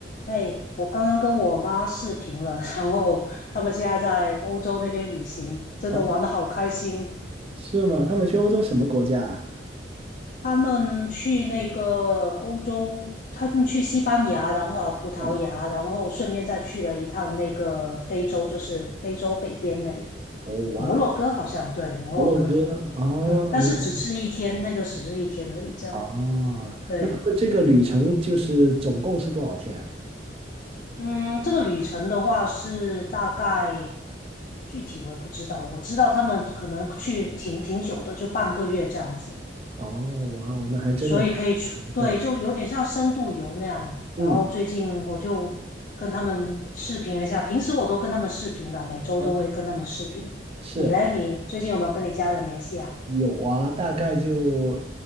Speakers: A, on the left; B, on the right.
A: 哎，我刚刚跟我妈视频了，<laughs> 然后他们现在在欧洲那边旅行，真的玩的好开心。
B: 哦，是吗？他们去欧洲什么国家啊？
A: 他们去那个欧洲，他们去西班牙，然后啊葡萄牙，
B: 嗯，
A: 然后顺便再去了一趟那个非洲，就是非洲北边那里，
B: 哦，哇，
A: 摩洛哥好像，对，摩洛哥，
B: 摩洛哥，哦，
A: 嗯，但是只是一天，
B: 明白，
A: 那个只是一天而已，这样，
B: 哦，
A: 对。
B: 那他们这个旅程就是总共是多少天啊
A: 嗯，这个旅程的话是大概具体我也不知道，我知道他们可能去挺挺久的，就半个月这样子，
B: 哦，哇哦，那还真的挺不错，
A: 所以可以出，对，就有点像深度游那样。
B: 嗯，
A: 然后最近我就跟他们视频了一下，平时我都跟他们视频的，每周都会跟他们视频。
B: 啊是。
A: 你嘞，你最近有没有跟你家人联系啊？
B: 有啊，大概就